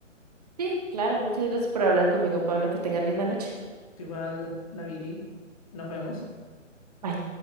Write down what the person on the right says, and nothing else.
Sí, claro, muchas gracias por hablar conmigo, Pablo. Que tengas linda noche.
Bye.